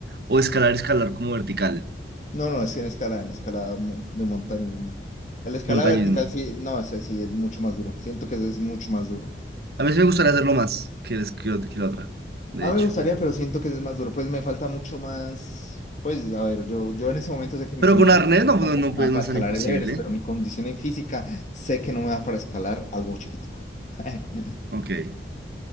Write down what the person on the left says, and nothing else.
No, no, es que en escala, en escala mu- de montañismo. En la escala
vertical sí, no, ese sí es mucho más duro. Siento que es mucho más duro.
Ah,
me gustaría, pero siento que es más duro. Pues me falta mucho más. Pues a ver, yo, yo en ese momento sé que mi
condición
tampoco
me
da
para
escalar
el Everest, pero mi condición en física sé que no me da para escalar algo chiquitico. <laughs> Entonces